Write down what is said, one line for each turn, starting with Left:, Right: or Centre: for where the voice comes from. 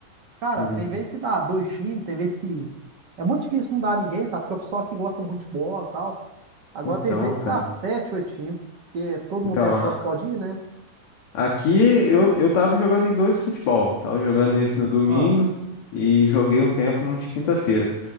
Right: Cara,
Left: uhum.
Right: tem vez que dá dois times, tem vez que. É muito difícil não dar ninguém, sabe? Porque o pessoal aqui gosta muito de bola e tal. Agora
Left: Então,
Right: tem vez que
Left: cara.
Right: dá sete, oito times. Porque todo
Left: Então,
Right: mundo é sócio, pode ir, né?
Left: Aqui eu, eu tava jogando em dois futebol. Tava jogando nesse no domingo
Right: Ah,
Left: e joguei um tempo num de quinta-feira.